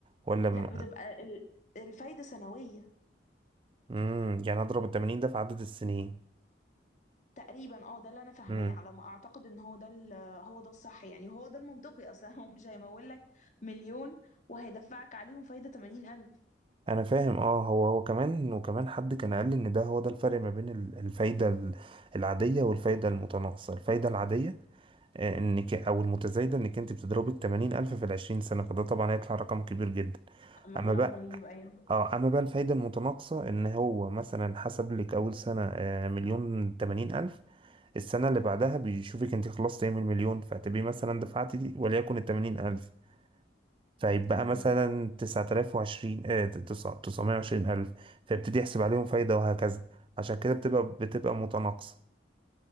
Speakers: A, on the right; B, on the left.
A: ولا
B: لا بتبقى ال- الفايدة سنوية
A: امم يعني اضرب ال 80 ده في عدد السنين
B: تقريبا اه ده اللي انا فاهماه
A: امم
B: على ما اعتقد ان هو ده ال- هو ده الصح يعني هو ده المنطقي اصلا هو مش هيمول لك مليون وهيدفعك عليهم فايدة 80000
A: انا فاهم اه هو هو كمان وكمان حد كان قال لي ان ده هو ده الفرق ما بين ال- الفايده ال- العاديه والفايده المتناقصه الفايده العاديه آه، انك او المتزايده انك انت بتضربي ال 80 الف في ال 20 سنه فده طبعا هيطلع رقم كبير جدا
B: مبلغ
A: اما بقى
B: رهيب ايوه
A: اه اما بقى الفايده المتناقصه ان هو مثلا حسب لك اول سنه آه، مليون 80 الف السنه اللي بعدها بيشوفك انت خلصت ايه من المليون فتبقي مثلا دفعتي دي وليكن ال 80 الف فيبقى
B: ايوه
A: مثلا تسعة آلاف وعشرين آه تسعمية وعشرين ألف فيبتدي يحسب عليهم فايدة وهكذا عشان كده بتبقى بتبقى متناقصة